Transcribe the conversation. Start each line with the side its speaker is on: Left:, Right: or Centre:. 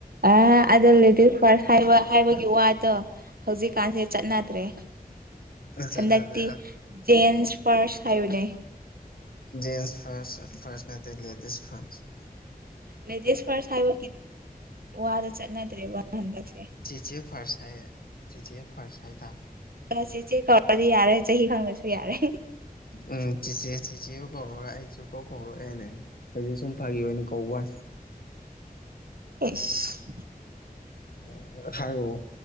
Right: ꯑ ꯑꯗꯣ ꯂꯦꯗꯤꯁ ꯐꯥꯔꯁ ꯍꯥꯏꯕ ꯍꯥꯏꯕꯒꯤ ꯋꯥꯗꯣ ꯍꯧꯖꯤꯛꯀꯥꯟꯁꯦ ꯆꯠꯅꯗ꯭ꯔꯦ꯫
Left: ꯆꯠꯅꯗꯦ
Right: ꯍꯟꯗꯛꯇꯤ ꯖꯦꯟꯁ ꯐꯥꯔꯁ ꯍꯥꯏꯕꯅꯦ꯫
Left: ꯖꯦꯟꯁ ꯐꯥꯔꯁ ꯐꯥꯔꯁ ꯅꯠꯇ ꯂꯦꯗꯤꯁ ꯐꯥꯔꯁ ꯫
Right: ꯂꯦꯗꯤꯁ ꯐꯥꯔꯁ ꯍꯥꯏꯕꯒꯤ ꯋꯥꯗꯨ ꯆꯠꯅꯗ꯭ꯔꯦꯕ ꯍꯟꯗꯛꯁꯦ꯫
Left: ꯆꯤꯆꯦ ꯐꯥꯔꯁ ꯍꯥꯏꯦ ꯆꯤꯆꯦ ꯐꯔꯁ ꯍꯥꯏ ꯇꯥꯝꯅꯤ꯫
Right: ꯑꯗꯨꯅ ꯆꯤꯆꯦ ꯀꯧꯔꯁꯨ ꯌꯥꯔꯦ ꯆꯍꯤ ꯈꯪꯗꯁꯨ ꯌꯥꯔꯦ꯫
Left: ꯎꯝ ꯆꯤꯆꯦ ꯆꯤꯆꯦꯕꯨ ꯀꯧꯔꯔꯣꯏ ꯑꯩ ꯁꯨꯨꯀꯧ ꯀꯧꯔꯔꯣꯏꯅꯦ꯫ ꯍꯧꯖꯤꯛ ꯁꯨꯝ ꯐꯥꯒꯤ ꯑꯣꯏꯅ ꯀꯧꯋꯥꯅꯤ ꯫
Right: ꯑꯦꯁ
Left: ꯎꯝ ꯍꯥꯏꯔꯛꯑꯣ